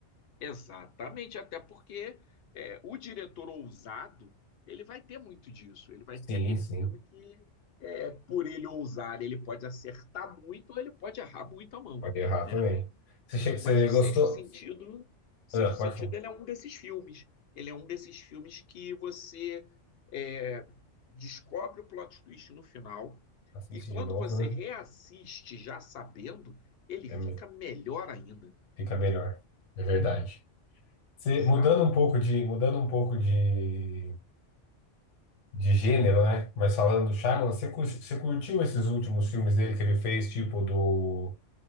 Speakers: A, on the left; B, on the left.
A: Exatamente, até porque é, o diretor ousado, ele vai ter muito disso. Ele vai ter
B: Sim,
A: aquele
B: sim.
A: filme que, é, por ele ousar, ele pode acertar muito ou ele pode errar muito a mão,
B: Pode errar
A: né?
B: também. Você, che- você
A: Mas o
B: gostou?
A: Sexto Sentido, Sexto
B: Ah, pode
A: Sentido,
B: falar.
A: ele é um desses filmes. Ele é um desses filmes que você é, descobre o plot twist no final
B: Assiste
A: e quando
B: de novo,
A: você
B: né?
A: reassiste já sabendo, ele
B: É,
A: fica
B: me-
A: melhor ainda,
B: fica melhor. É verdade. Você,
A: sabe?
B: mudando um pouco de, mudando um pouco de de gênero, né? Mas falando do Shyamalan,
A: Sim.
B: você, cur- você curtiu esses últimos filmes dele que ele fez, tipo do.